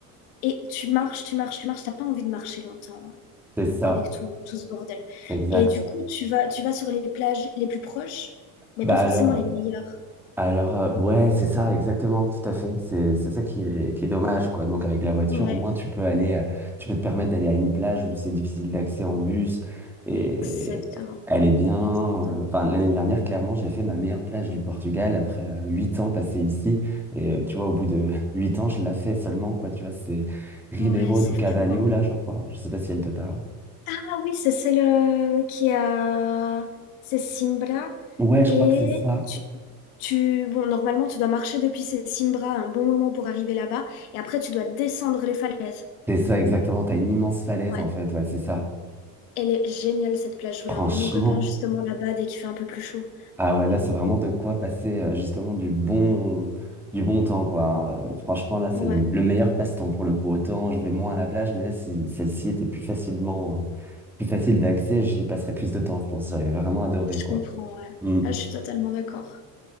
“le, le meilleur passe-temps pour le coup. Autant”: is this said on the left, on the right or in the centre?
Centre